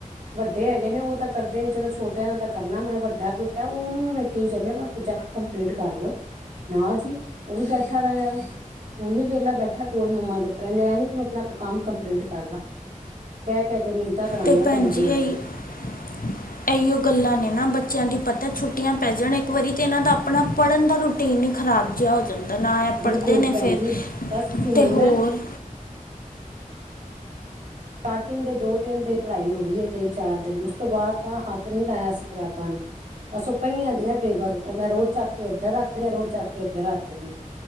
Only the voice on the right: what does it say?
ਵੱਡੇ ਹੈਗੇ ਨੇ ਉਹ ਤਾਂ ਕਰਦੇ ਜਦੋ ਛੋਟਿਆਂ ਦਾ ਤਾਂ ਕਰਨਾ ਮ ਵੱਡਾ ਮੁੰਡਾ ਉਹਨੂੰ ਵੀ ਮੈਂ ਕਹੀ ਜਾਂਨੀ ਆ ਪ੍ਰੋਜੈਕਟ ਕੰਪਲੀਟ ਕਰ ਲੋ, ਨਾ ਜੀ, ਉਹ ਵੀ ਬੈਠਾ ਦਾ ਏ। ਹੁਣ ਵੀ ਵੇਲਾ ਬੈਠਾ ਕੋਲ ਮੰਮਾ ਦੇ ਪਹਿਲੇ ਐ ਨੀ ਆਪਣਾ ਕੰਮ ਕੰਪਲੀਟ ਕਰ ਲੈ, ਕਹਿ-ਕਹਿ ਕੇ ਮਿੰਨਤਾਂ ਕਰਾਣੀਆਂ
ਪੈਂਦੀਆਂ
ਉਹਦੀਆ।
ਬਿਲਕੁਲ
ਭੈਣ
ਜੀ ਬਸ ਤੁਸੀਂ ਮੰਨਨਾ
ਸਟਾਰਟਿੰਗ ਦੇ ਦੋ-ਤਿੰਨ ਦੇ ਪੜ੍ਹਾਈ ਹੋਈ ਹੈ ਤਿੰਨ-ਚਾਰ ਦਿਨ ਉਸ ਤੋਂ ਬਾਅਦ ਤਾਂ ਹੱਥ ਨਹੀਂ ਲਾਇਆ ਸੀ ਕਿਤਾਬਾਂ ਨੂੰ। ਬਸ ਉਹ ਪਹੀਆਂ ਦੀਆਂ ਟੇਬਲ ਤੇ ਉਹ ਮੈਂ ਰੋਜ਼ ਚੱਕ ਕੇ ਇੱਧਰ ਰੱਖਦੀ ਆ ਰੋਜ਼ ਚੱਕ ਕੇ ਇੱਧਰ ਰੱਖ ਦਿੰਨੀ ਆ।